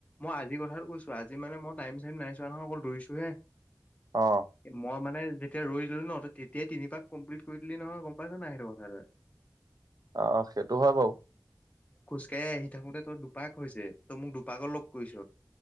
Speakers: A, on the left (about 20°); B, on the right (about 60°).
A: মই আজি কথাটো কৈছো। আজি মানে মই টাইম চাইম নাইছোৱা নহয়। অকল দূৰিছো হে।
B: অ
A: মই মানে তেতিয়া ৰৈ দিলো নহ তেতিয়াই তিনিপাক কমপ্লিট কৰি দিলি নহয় গম পাইছ নাই সেইটো কথাটো।
B: আহ, সেইটো হয় বাৰু।
A: <unintelligible> আহি থাকোতে তই দুপাক হৈছে। তই মোক দুপাকৰ লগ কৰিছ।